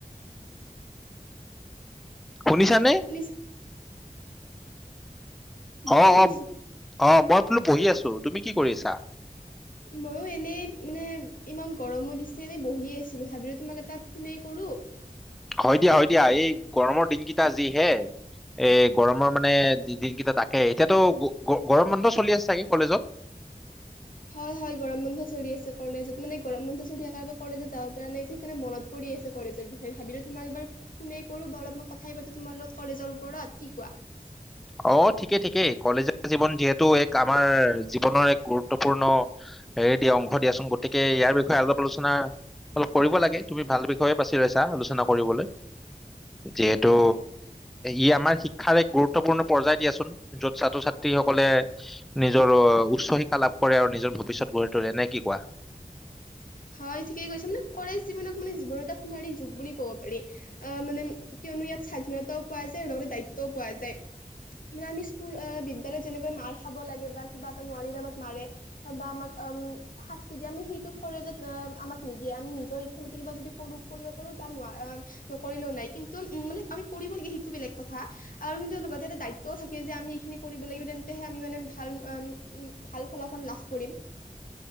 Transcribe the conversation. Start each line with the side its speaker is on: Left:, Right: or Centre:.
Centre: শুনিছা নে?
Left: শুনিছা মই
Centre: অ
Left: শুনিছো।
Centre: অ অ মই বোলো বহি আছো। তুমি কি কৰিছা?
Left: ময়ো এনেই মানে ইমান গৰমো দিছে এনে বহিয়ে আছিলো ভাবিলোঁ তোমাক এটা ফোনে কৰো।
Centre: হয় দিয়া হয় দিয়া এই গৰমৰ দিনকেইটা যি হে এ গৰমৰ মানে
Left: এ,
Centre: দিনকেইটা ত তাকে এতিয়াতো গৰম বন্ধ চলি আছে চাগে কলেজত।
Left: হয় হয় গৰম বন্ধ চলি আছে কলেজত মানে গৰম বন্ধ চলি থকাৰ বাবে কলেজত যাব পৰা নাই সেইকাৰণে মনত পৰি আছে কলেজৰ বিষয়ে ভাবিলো তোমাক এবাৰ ফোনে কৰো বা অলপ মই কথাই পাতো তোমাৰ লগত কলেজৰ ওপৰত কি কোৱা। <unintelligible>
Centre: অ ঠিকেই ঠিকেই কলেজীয়া জীৱন যিহেতু এক আমাৰ জীৱনৰ এক গুৰুত্বপূৰ্ণ। হে দিয়া অংশ দিয়াচোন গতিকে ইয়াৰ বিষয়ে অলপ আলোচনা। অলপ কৰিব লাগে তুমি ভাল বিষয়ে বাছি লৈছা আলোচনা কৰিবলৈ। যিহেতু
Left: হয়
Centre: ই আমাৰ শিক্ষাৰ এক গুৰুত্ব। গুৰুত্বপূৰ্ণ পৰ্যায় দিয়াচোন য'ত ছাত্ৰ ছাত্ৰীসকলে নিজৰ উচ্চ শিক্ষা লাভ কৰে আৰু নিজৰ। ভৱিষ্যত গঢ়ি তোলে নে কি কোৱা।
Left: <unintelligible> হয় ঠিকেই কৈছা মানে কলেজ জীৱনক মানে জীৱনৰ এটা সোণালি যুগ বুলি ক'ব পাৰি আহ মানে। কিয়নো ইয়াত স্বাধীনতাও পোৱা যায় আৰু লগতে দায়িত্বও পোৱা যায়। ম আমি স্কুল বিদ্যালয়ত যেনেকৈ মাৰ খাব লাগে বা কিবা এটা নোৱাৰিলে আমাক মাৰে বা আমাক। উম শাস্তি দিয়ে আমি সেইটো। কলেজত আমাক নিদিয়ে আমি নিজৰ ইচ্ছা মতে কিবা যদি কৰো কৰিব পাৰো বা ন নকৰিলেও নাই। কিন্তু উম মানে আমি কৰিব লাগে সেইটো বেলেগ কথা আৰু কিন্তু লগতে দায়িত্বও থাকে যে আমি এইখিনি কৰিব লাগিব। হে আমি মানে ভাল উ উ ভাল ফলাফল লাভ কৰিম।